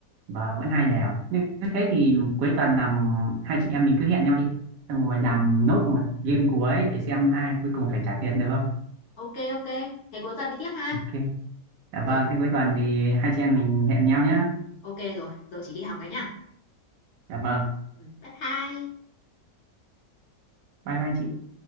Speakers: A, on the right; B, on the left.
A: vâng, vẫn hai đều. như nếu thế thì cuối tuần làm hai chị em mình cứ hẹn nhau đi. Xong rồi
B: Ừ.
A: làm nốt một game cuối để xem ai cuối cùng phải trả tiền được không?
B: OK, OK, thế cuối tuần đi tiếp ha.
A: Ok. Dạ
B: Rồi,
A: vâng, thế cuối tuần thì hai chị em mình hẹn nhau nhé.
B: OK rồi, giờ chị đi học cái nhá.
A: Dạ vâng.
B: Ừm, bye bye.
A: Bye bye chị.